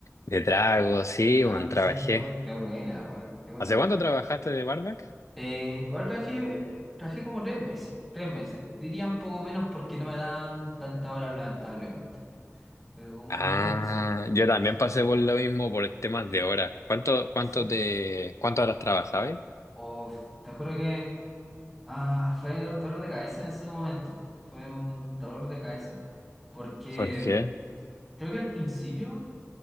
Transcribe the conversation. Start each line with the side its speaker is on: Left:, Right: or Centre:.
Left: de trago, sí,
Centre: de nada,
Left: bueno, trabajé.
Centre: sí. Oh, qué buena, weón, qué buena.
Left: ¿Hace
Centre: no.
Left: cuánto trabajaste de barback?
Centre: Eh, igual trabajé, trabajé como tres meses, tres meses. Diría un poco menos porque no me dan tantas horas, lamentablemente. Pero como
Left: Ah,
Centre: unos tres meses.
Left: yo también
Centre: Sí.
Left: pasé por lo mismo por temas de horas. ¿Cuánto, cuánto
Centre: Sí.
Left: te, cuántas horas trabajabas?
Centre: Uf, te juro que ah, fue un dolor de cabeza en ese momento. Fue un dolor de cabeza. Porque
Left: ¿Por qué?
Centre: creo que al principio.